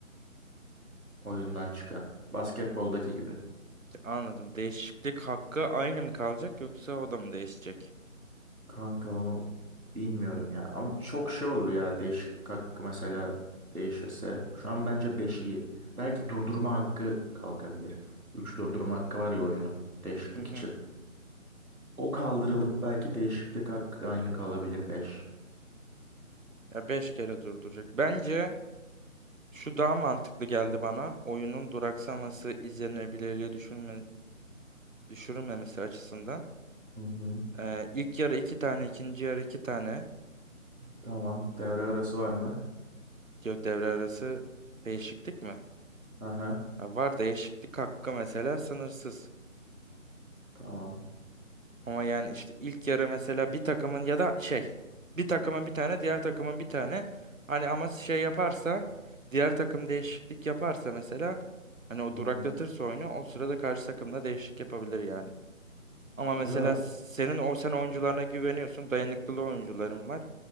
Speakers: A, on the right; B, on the right.
A: Oyundan çıkan. Basketboldaki gibi.
B: Anladım. Değişiklik hakkı aynı mı kalacak yoksa o da mı değişecek?
A: Kanka onu bilmiyorum ya. Ama çok şey olur ya değişiklik hakkı mesela değişirse. Şu an bence 5 iyi. Belki durdurma hakkı kalkabilir. 3 durdurma hakkı var ya oyunu. Değişiklik
B: Hı hı.
A: için. O kaldırılıp belki değişiklik hakkı aynı kalabilir 5.
B: Ya 5 kere durduracak. Bence şu daha mantıklı geldi bana. Oyunun duraksaması, izlenebilirliği düşürme, düşürülmemesi açısından.
A: Hı hı.
B: Ee, ilk yarı iki tane, ikinci yarı iki tane.
A: Tamam. Devre arası var mı?
B: Yo devre arası değişiklik mi?
A: Aha.
B: Ha, var değişiklik hakkı mesela sınırsız.
A: Tamam.
B: Ama yani işte ilk yarı mesela bir takımın ya da şey bir takımın bir tane diğer takımın bir tane hani ama şey yaparsa diğer takım değişiklik yaparsa mesela hani o
A: Hı hı.
B: duraklatırsa oyunu o sırada karşı takım da değişiklik yapabilir yani. Ama mesela
A: Ya da
B: senin o sen oyuncularına güveniyorsun dayanıklılığı oyuncuların var.